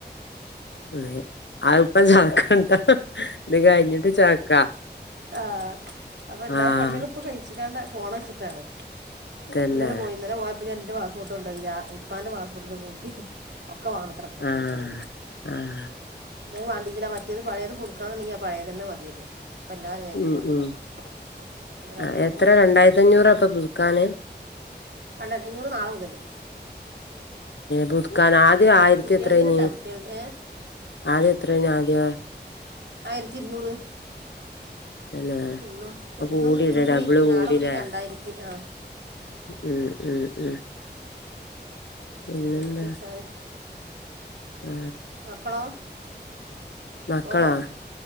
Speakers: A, on the left; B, on the right.
A: <unintelligible> ഇത് കഴിഞ്ഞിട്ട് ചാക്ക
B: ആ അപ്പ എല്ലാ
A: ആഹ്
B: പണ്യേളും ഇപ്പൊ കഴിച്ചികാണ്ട് പോണച്ചിട്ടാണ്
A: തന്നെ
B: ഇന്നലെ പോയി ഇന്നലെ പോയ അപ്പ ഞാൻന്റെ പാസ്പോട്ടുണ്ടോയില്ല ഇപ്പാന്റെ പാസ്പോട്ടിന്റെ കോപ്പി ഒക്കെ വാണത്രെ ഇപ്പൊ
A: ആഹ്
B: പുതുക്കണെങ്കി
A: ആഹ്
B: അത് വേണ്ടെങ്കിലാ മറ്റേത് പഴയത് പുതുക്കണ എന്നുണ്ടെങ്കിൽ ആ പഴയെത് തന്നെ മതിയായിരുന്നു അപ്പോൾ എല്ലാ രേഖയും
A: ഉം
B: വേണമെന്ന്
A: ഉം
B: പറഞ്ഞു അപ്പം ഇന്നലെ
A: ആ
B: അങ്ങോട്ട്
A: എത്ര
B: പോകുന്നത്
A: രണ്ടായിരത്തി അഞ്ഞൂറപ്പ പുതുക്കാന്
B: രണ്ടായിരത്തി അഞ്ഞൂറ് നാളെ മുതല്
A: പുതുക്കാൻ ആകെ ആയിരത്തി
B: കുട്ടികളതിനിട്ടാ
A: എത്രനി
B: കുട്ടികൾ ഏ
A: ആദ്യം എത്രനു ആദ്യം
B: ആയിരത്തി ഇരുനൂറ്
A: പിന്നെ
B: ഇന്നും
A: ഇപ്പൊ
B: ഇന്നും
A: കൂടില്ലേ
B: ഇന്നും കൂടി
A: ഡബിള് കൂടില്ലേ
B: നാളെ മുതൽ രണ്ടായിരത്തി ആ
A: ഉം ഉം ഉം പിന്നെന്താ
B: ആ പുതുക്കിവെച്ചാല്
A: ആ
B: മക്കളോ
A: മക്കളാ
B: പോയോ